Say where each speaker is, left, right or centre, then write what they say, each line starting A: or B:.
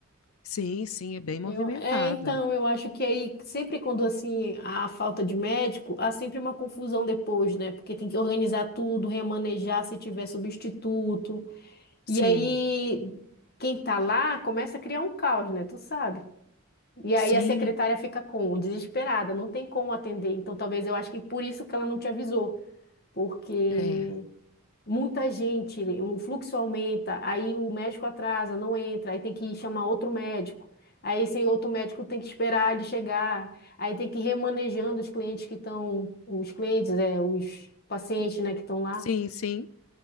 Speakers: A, on the left; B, on the left.
A: Sim, sim, é bem movimentada.
B: Eu, é, então eu acho que aí sempre quando assim há falta de médico, há sempre uma confusão depois, né? Porque tem que organizar tudo, remanejar se tiver substituto.
A: Sim,
B: E aí quem tá lá começa a criar um caos, né? Tu sabe? E aí
A: sim,
B: a secretária fica como? Desesperada, não tem como atender. Então talvez eu acho que por isso que ela não te avisou, porque
A: é.
B: muita gente, o fluxo aumenta, aí o médico atrasa, não entra, aí tem que chamar outro médico. Aí esse outro médico tem que esperar ele chegar, aí tem que ir remanejando os clientes que estão, os clientes, é, os pacientes, né, que estão lá.
A: Sim, sim,